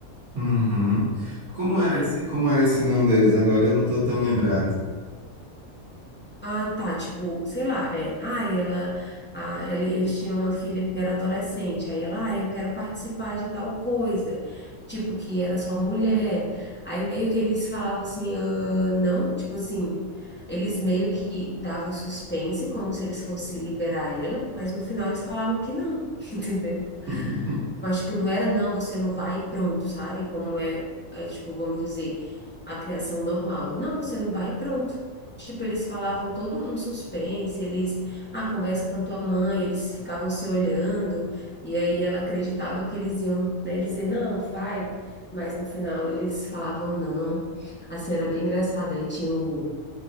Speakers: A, on the right (about 55°); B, on the left (about 15°).
A: Uhum. Como
B: Mas,
A: era esse, como era esse nome deles? Agora eu não estou tão lembrado.
B: ah, tá, tipo, sei lá, é, ah, e ela, ah, ela, eles tinham uma filha que era adolescente, aí ela, ah, eu quero participar de tal coisa, tipo, que era só mulher. Aí meio que eles falavam assim, ah, não, tipo assim... Eles meio que davam suspense, como se eles fossem liberar ela, mas no final eles falavam que não, <laughs> entendeu?
A: <laughs>
B: Mas, tipo, não era não, você não vai e pronto, sabe? Como é, é, tipo, vamos dizer, a criação normal. Não, você não vai e pronto. Tipo, eles falavam todo um suspense, eles, ah, conversa com a tua mãe, eles ficavam se olhando, e aí ela acreditava que eles iam, né, dizer, não, vai. Mas no final eles falavam não. Assim, era bem engraçado. Aí tinha o,